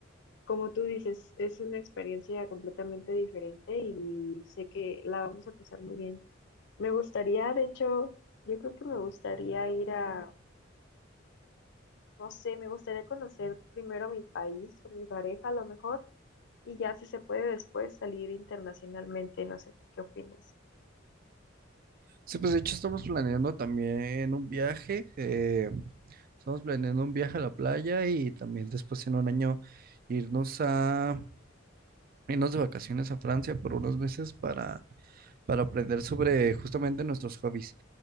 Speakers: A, on the left; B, on the right.
A: como tú dices, es una experiencia completamente diferente y sé que la vamos a pasar muy bien. Me gustaría, de hecho, yo creo que me gustaría ir a, no sé, me gustaría conocer primero mi país con mi pareja a lo mejor y ya si se puede después salir internacionalmente, no sé, ¿tú ¿qué opines? <laughs>
B: Sí, pues de hecho estamos planeando también un viaje, eh, estamos planeando un viaje a la playa y también después en un año irnos a, irnos de vacaciones a Francia por unos meses para, para aprender sobre justamente nuestros hobbies,